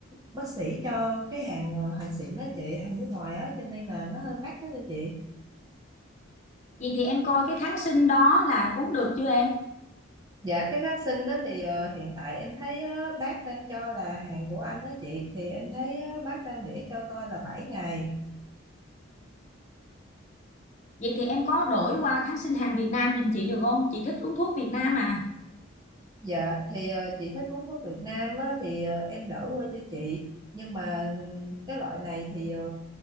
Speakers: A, on the right; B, on the left.
A: bác sĩ cho cái hàng ờ, hàng xịn đó chị, hàng nước ngoài á, cho nên là nó hơi mắc đó nha chị.
B: Vậy thì em coi cái kháng sinh đó là uống được chưa em?
A: Dạ, cái kháng sinh đó thì ờ, hiện tại em thấy ờ, bác đang cho là hàng của anh đó chị. Thì em thấy ờ, bác đang để cho tôi là bảy ngày
B: Vậy thì em có đổi qua kháng sinh hàng Việt Nam giùm chị được không? Chị thích uống thuốc Việt Nam à.
A: Dạ thì ờ, chị thích uống thuốc Việt Nam á, thì ờ, em đỡ qua cho chị nhưng mà ừm, cái loại này thì ờ,